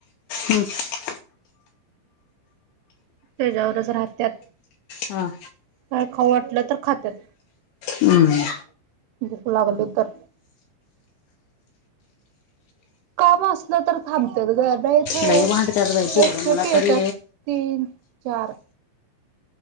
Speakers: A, on the left (about 80°); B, on the right (about 80°).
A: हम्म
B: त्याच्यावरच राहत्यात.
A: हा.
B: काय खाऊ वाटलं तर खात्यात.
A: हम्म.
B: भुक लागली तर काम असलं तर थांबत्यात ग नाहीतर
A: लय भांडतात बाई पोरं मला
B: येत्यात.
A: तरी
B: तीन चार